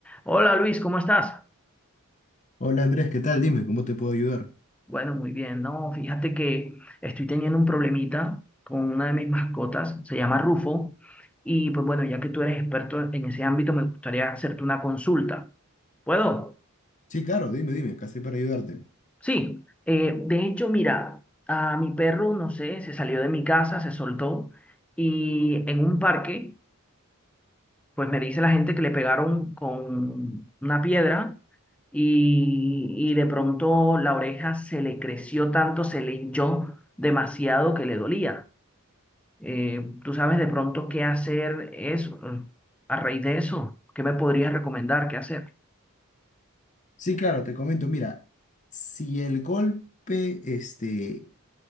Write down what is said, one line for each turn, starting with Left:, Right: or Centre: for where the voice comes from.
Centre: Hola Luis, ¿cómo estás?
Left: Hola Andrés, ¿qué tal? Dime, ¿cómo te puedo ayudar?
Centre: Bueno, muy bien. No, fíjate que estoy teniendo un problemita con una de mis mascotas, se llama Rufo, y pues bueno, ya que tú eres experto en ese ámbito, me gustaría hacerte una consulta. ¿Puedo?
Left: Sí, claro, dime, dime, ¿qué haces para ayudarte?
Centre: Sí. Eh, de hecho, mira, a mi perro, no sé, se salió de mi casa, se soltó, y en un parque pues me dice la gente que le pegaron con una piedra y, y de pronto la oreja se le creció tanto, se le hinchó demasiado que le dolía. Eh, ¿tú sabes de pronto qué hacer eso, eh, a raíz de eso? ¿Qué me podrías recomendar qué hacer?
Left: Sí, claro, te comento, mira, si el golpe este,